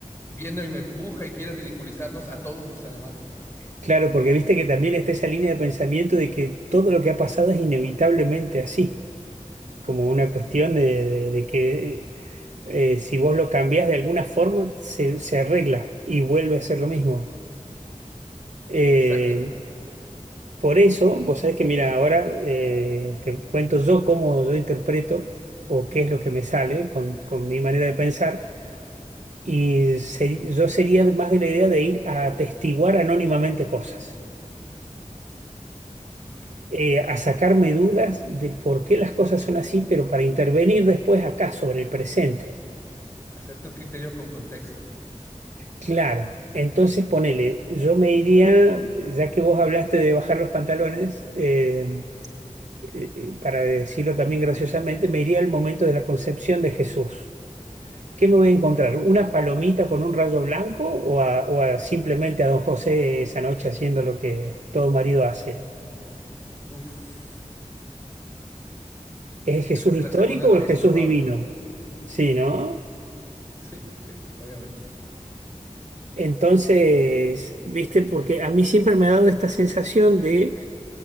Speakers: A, on the left (about 20°); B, on the right (about 65°).
A: y viene y me empuja y quiere ridiculizarnos a todos los alemanes.
B: Claro, porque viste que también está esa línea de pensamiento de que todo lo que ha pasado es inevitablemente así, como
A: Exactamente.
B: una cuestión de, de- de que eh, si vos lo cambiás de alguna forma, se, se arregla y vuelve a ser lo mismo. Eh,
A: Exacto.
B: por eso, vos sabés que, mira, ahora eh, te cuento yo cómo yo interpreto o qué es lo que me sale con, con mi manera de pensar, y seri- yo sería más de la idea de ir a atestiguar anónimamente cosas.
A: Ok.
B: eh, a sacarme dudas de por qué las cosas son así, pero para intervenir después acá sobre el presente.
A: Hacerte un criterio con contexto.
B: Claro, entonces ponele, yo me iría, ya que vos hablaste de bajar los pantalones, eh, eh, eh, para decirlo también graciosamente, me iría al momento de la concepción de Jesús. ¿Qué me voy a encontrar? ¿Una palomita con un rayo blanco o a- o a simplemente a don José esa noche haciendo lo que todo marido hace?
A: Uf.
B: ¿Es el Jesús
A: Yo creo que
B: histórico
A: la segunda es la
B: o el
A: más
B: Jesús
A: probable.
B: divino? Sí, ¿no?
A: Sí, sí, obviamente.
B: Entonces, viste, porque a mí siempre me ha dado esta sensación de